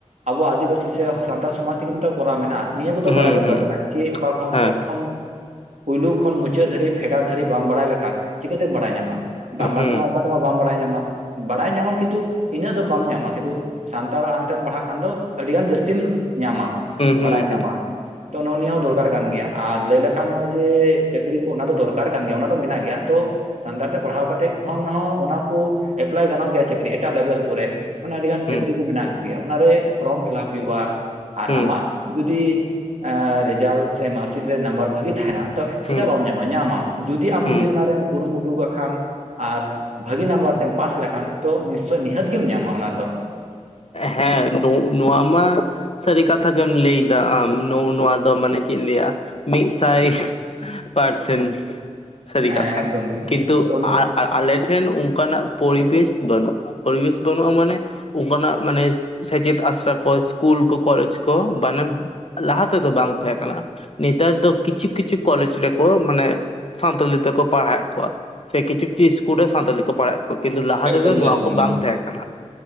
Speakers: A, on the right (about 75°); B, on the left (about 55°).
A: ᱟᱵᱚᱣᱟᱜ ᱟᱹᱫᱤᱵᱟᱹᱥᱤ ᱥᱮ ᱥᱟᱱᱛᱟᱲ ᱥᱚᱢᱟᱡᱽ ᱛᱮᱜᱮ ᱠᱚᱨᱟᱣ ᱢᱮᱱᱟᱜᱼᱟ ᱾ ᱱᱤᱭᱟᱹ ᱠᱚᱫᱚ
B: ᱦᱩᱸ
A: ᱵᱟᱲᱟᱭ ᱫᱚᱨᱠᱟᱨ
B: ᱦᱩᱸ
A: ᱠᱟᱱᱟ, ᱪᱮ ᱚᱠᱟ ᱠᱷᱚᱱ
B: ᱦᱮᱸ
A: ᱯᱚᱛᱷᱚᱢᱼᱼ ᱯᱩᱭᱞᱳ ᱠᱷᱚᱱ ᱢᱩᱪᱟᱹᱫ ᱫᱷᱟᱹᱨᱤᱡ ᱯᱷᱮᱰᱟᱛ ᱫᱷᱟᱹᱨᱤᱡ ᱵᱟᱢ ᱵᱟᱲᱟᱭ ᱞᱮᱠᱷᱟᱱ ᱪᱤᱠᱟᱹᱛᱮᱢ ᱵᱟᱲᱟᱭ ᱧᱟᱢᱟ ᱾ ᱵᱟᱝᱞᱟ
B: ᱦᱩᱸ
A: ᱛᱮᱢᱟᱼᱼ ᱵᱟᱢ ᱵᱟᱲᱟᱭ ᱧᱟᱢᱟ, ᱵᱟᱲᱟᱭ ᱧᱟᱢᱟ ᱠᱤᱱᱛᱩ ᱤᱱᱟᱹᱜ ᱫᱚ ᱵᱟᱢ ᱧᱟᱢᱟ ᱾ ᱠᱤᱱᱛᱩᱼᱼ ᱥᱟᱱᱛᱟᱲ ᱟᱲᱟᱝ ᱛᱮᱢ ᱯᱟᱲᱦᱟᱜ ᱠᱷᱟᱱ ᱫᱚ ᱟᱹᱰᱤ ᱜᱟᱱ ᱡᱟᱹᱥᱛᱤᱢ ᱧᱟᱢᱟ
B: ᱦᱩᱸ
A: ᱵᱟᱲᱟᱭ
B: ᱦᱩᱸ ᱦᱩᱸ
A: ᱧᱟᱢᱟᱢ ᱾ ᱛᱚ ᱱᱚᱜᱼᱚ ᱱᱤᱭᱟᱹ ᱦᱚᱸ ᱫᱚᱨᱠᱟᱨ ᱠᱟᱱ ᱜᱮᱭᱟ, ᱟᱨ ᱞᱟᱹᱭ ᱞᱮᱠᱷᱟᱱ ᱱᱚᱜᱼᱚᱭ ᱡᱮ ᱪᱟᱹᱠᱨᱤ ᱠᱚ ᱚᱱᱟ ᱫᱚ ᱫᱚᱨᱠᱟᱨ ᱠᱟᱱ ᱜᱮᱭᱟ ᱚᱱᱟ ᱫᱚ ᱢᱮᱱᱟᱜ ᱜᱮᱭᱟ ᱛᱚ ᱾ ᱥᱟᱱᱛᱟᱲ ᱛᱮ ᱯᱟᱲᱦᱟᱣ ᱠᱟᱛᱮᱫ ᱠᱷᱚᱱ ᱦᱚᱸ ᱚᱱᱟ ᱠᱚ ᱮᱯᱞᱟᱭ ᱜᱟᱱᱚᱜ ᱜᱮᱭᱟ ᱪᱟᱹᱠᱨᱤ ᱮᱴᱟᱜ ᱞᱮᱵᱮᱞ ᱠᱚᱨᱮ ᱾ ᱢᱟᱱᱮ ᱟᱹᱰᱤ ᱜᱟᱱ ᱪᱟᱹᱠᱨᱤ
B: ᱦᱩᱸ
A: ᱠᱚ ᱢᱮᱱᱟᱜ ᱜᱮᱭᱟ ᱚᱱᱟᱨᱮ ᱯᱷᱨᱚᱢ ᱯᱷᱤᱞᱟᱯ ᱦᱩᱭᱩᱜᱼᱟ, ᱟᱨ
B: ᱦᱩᱸ
A: ᱟᱢᱟᱜᱼᱼ ᱡᱩᱫᱤ ᱨᱮᱡᱟᱞ ᱥᱮ ᱢᱟᱨᱠᱥᱤᱴ ᱨᱮ ᱱᱟᱢᱵᱟᱨ ᱵᱷᱟᱹᱜᱤ ᱛᱟᱦᱮᱱᱟ ᱾ ᱛᱚ ᱪᱮᱫᱟᱜ
B: ᱦᱩᱸ
A: ᱵᱟᱢ ᱧᱟᱢᱟ ᱧᱟᱢᱟᱢ ᱡᱩᱫᱤ ᱟᱢ
B: ᱦᱩᱸ
A: ᱡᱩᱫᱤ ᱚᱱᱟ ᱨᱮᱢᱼᱼ ᱠᱩᱨᱩᱢᱩᱴᱩ ᱠᱟᱜ ᱠᱷᱟᱱ, ᱟᱨ ᱵᱷᱟᱹᱜᱤ ᱱᱟᱢᱵᱟᱨ ᱛᱮᱢ ᱯᱟᱥ ᱞᱮᱠᱷᱟᱱᱼᱼ ᱛᱚ ᱱᱤᱥᱪᱳᱭ ᱱᱤᱦᱟᱹᱛ ᱜᱮᱢ ᱧᱟᱢᱟ ᱚᱱᱟ ᱨᱮᱫᱚ ᱾
B: ᱦᱮᱸ ᱫᱩᱜ ᱱᱚᱣᱟ ᱢᱟᱼᱼ ᱥᱟᱹᱨᱤ ᱠᱟᱛᱷᱟ ᱜᱮᱢ ᱞᱟᱹᱭᱫᱟ ᱟᱢ ᱱᱚ ᱱᱚᱣᱟ ᱫᱚ ᱢᱟᱱᱮ ᱪᱮᱫ ᱤᱧ ᱞᱟᱹᱭᱟ ᱢᱤᱫ ᱥᱟᱭᱼᱼ ᱯᱟᱨᱥᱮᱱ ᱥᱟᱹᱨᱤ
A: ᱦᱮᱸ
B: ᱠᱟᱛᱷᱟ
A: ᱮᱠᱫᱚᱢ
B: ᱾
A: ᱜᱮ
B: ᱠᱤᱱᱛᱩ
A: ᱛᱚ
B: ᱟᱨᱼᱼ ᱟᱨ ᱟᱞᱮᱴᱷᱮᱱ ᱚᱱᱠᱟᱱᱟᱜ ᱯᱚᱨᱤᱵᱮᱥ ᱵᱟᱹᱱᱩᱜᱼᱟ, ᱯᱚᱨᱤᱵᱮᱥ ᱵᱟᱹᱱᱩᱜᱼᱟ ᱢᱟᱱᱮ ᱚᱱᱠᱟ ᱱᱟᱜᱼᱼ ᱢᱟᱱᱮ ᱥᱮᱪᱮᱫ ᱟᱥᱲᱟ ᱠᱚ ᱥᱤᱥᱠᱩᱞ ᱠᱚ ᱠᱚᱞᱮᱡᱽ ᱠᱚ ᱵᱟᱱᱮᱵᱼᱼ ᱞᱟᱦᱟ ᱛᱮᱫᱚ ᱵᱟᱝ ᱛᱟᱦᱮᱸ ᱠᱟᱱᱟ ᱱᱮᱛᱟᱨ ᱫᱚ ᱠᱤᱪᱷᱩ ᱠᱤᱪᱷᱩ ᱠᱚᱞᱮᱡᱽ ᱨᱮᱠᱚ ᱢᱟᱱᱮ ᱥᱟᱱᱛᱟᱞᱤ ᱛᱮᱠᱚ ᱯᱟᱲᱦᱟᱣᱮᱫ ᱠᱚᱣᱟ ᱥᱮ ᱠᱤᱪᱷᱩ ᱠᱤᱪᱷᱩ ᱥᱤᱥᱠᱩᱞ ᱨᱮ ᱥᱟᱱᱛᱟᱞᱤ ᱛᱮ ᱠᱚ ᱯᱟᱲᱦᱟᱣᱮᱫ ᱠᱚᱣᱟ ᱾ ᱠᱤᱱᱛᱩ ᱞᱟᱦᱟ
A: ᱮᱠᱫᱚᱢ
B: ᱛᱮᱫᱚ
A: ᱜᱮ
B: ᱱᱚᱣᱟ
A: ᱮᱠᱫᱚᱢ
B: ᱠᱚ
A: ᱜᱮ
B: ᱵᱟᱝ ᱛᱟᱦᱮᱸ ᱠᱟᱱᱟ,